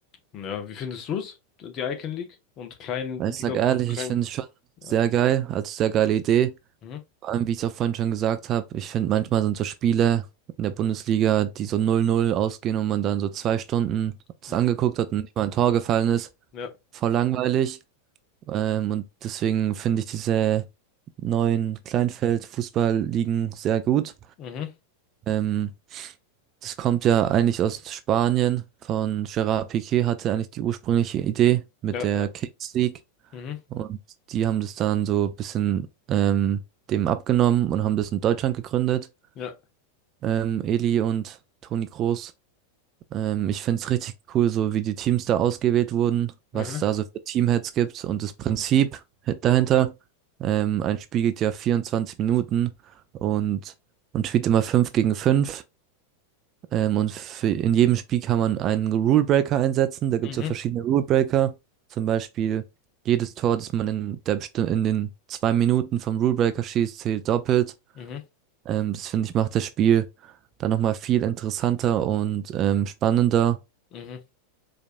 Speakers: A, on the left; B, on the right.
A: Ja, wie findest du es? Die Icon League und Kleinliga,
B: Ich sag ehrlich,
A: Klein,
B: ich finde es schon
A: ja.
B: sehr geil, also sehr geile Idee.
A: Mhm.
B: Vor allem, wie ich es auch vorhin schon gesagt habe, ich finde manchmal sind so Spiele in der Bundesliga, die so 0-0 ausgehen und man dann so zwei Stunden das
A: Mhm.
B: angeguckt hat und nicht mal ein Tor gefallen ist.
A: Ja.
B: voll langweilig. Ähm, und deswegen finde ich diese neuen Kleinfeld-Fußballligen sehr gut.
A: Mhm.
B: Ähm, das kommt ja eigentlich aus Spanien. Von Gerard Piqué hatte eigentlich die ursprüngliche Idee mit
A: Ja.
B: der
A: Ja.
B: Kings League.
A: Mhm.
B: Und die haben das dann so ein bisschen ähm, dem abgenommen und haben das in Deutschland gegründet.
A: Ja.
B: Ähm, Eli und Toni Kroos. Ähm, ich finde es richtig cool, so wie die Teams da ausgewählt wurden, was
A: Mhm.
B: da so für Teamheads gibt und das Prinzip dahinter. Ähm, ein Spiel geht ja 24 Minuten und man spielt immer 5 gegen fünf Ähm, und für, in jedem Spiel kann man einen Rulebreaker einsetzen. Da gibt
A: Mhm.
B: es so verschiedene Rulebreaker. Zum Beispiel jedes Tor, das man in, der, besti- in den zwei Minuten vom Rulebreaker schießt, zählt doppelt.
A: Mhm.
B: Ähm, das finde ich macht das Spiel dann nochmal viel interessanter und ähm, spannender.
A: Mhm.